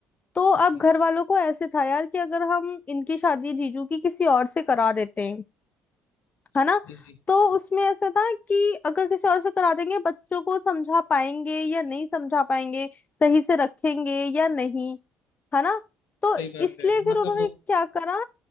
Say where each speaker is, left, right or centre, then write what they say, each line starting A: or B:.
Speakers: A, on the left (about 25°); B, on the left (about 65°).
A: तो
B: जी
A: अब घर वालों को ऐसे था यार कि अगर हम इनकी शादी जीजू की किसी और से करा देते हैं है ना
B: जी जी,
A: तो उसमें ऐसा था कि अगर किसी और से करा देंगे बच्चों को समझा पाएंगे या नहीं समझा पाएंगे सही से रखेंगे या नहीं है ना तो
B: सही बात
A: इसलिए
B: है
A: फिर
B: मतलब
A: उन्होंने
B: वो
A: क्या करा